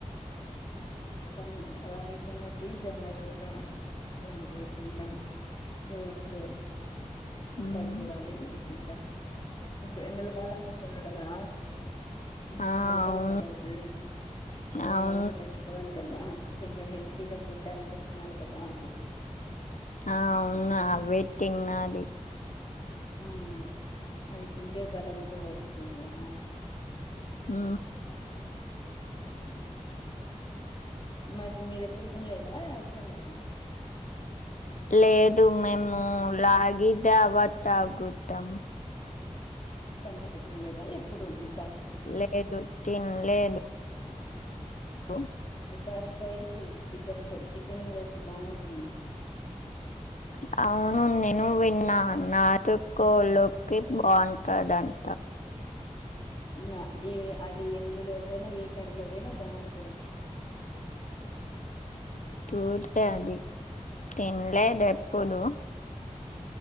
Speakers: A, on the left; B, on the left.
A: సంగ్ రాగి సంగటి జొన్న రొట్ట ఇలాంటివి తిన్న ఫ్రూట్స్
B: హ్మ్.
A: ఖర్జూరాలు ఇవి తింటారు ఇప్పుడు ఎండల కాలం వస్తుంది కదా ఉ
B: ఆ!
A: ఎండలకాలం
B: అవును
A: కదా ఇది ఈ
B: అవును
A: ఎండలకి తట్టుకోవాలి కదా కొంచెం హెల్తీగా ఫుడ్ అందుకు తినాలి కదా అందు
B: ఆ అవును అవే తినాలి
A: ఉ అవి తింటే బలం కూడా వస్తుంది కదా బ
B: ఆ
A: అ మరి మీరేప్పుడు తిన్లేదా ఇసంగటి
B: లేదు మేము లాగి జవా తాగుతాం
A: సంగటి తిన్లేదా ఎప్పుడు ము
B: లేదు తిన్ లేదు హలో
A: ఒకసారి ట్రై చేయి చికెన్ లో చికెన్ లోకి బాగుంటుంది
B: <inaudible> అవును నేను విన్నా నాటు కోలోకి బాగుంటదంట
A: నా ఏ అది ఎందులోకైనా ఏ కర్రీ లోకైనా బాగుంటుంది
B: చూళ్ళే అది తిన్లేదు ఎప్పుడు